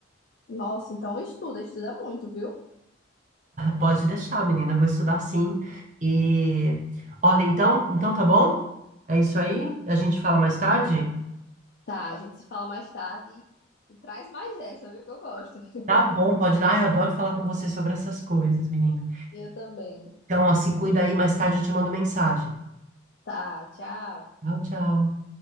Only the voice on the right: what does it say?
Pode deixar, menina, vou estudar sim. E olha, então, então tá bom? É isso aí? A gente fala mais tarde?
Tá bom, pode dar. Ai, eu adoro falar com você sobre essas coisas, menina.
Então, ó, se cuida aí, mais tarde eu te mando mensagem.
Tchau, tchau.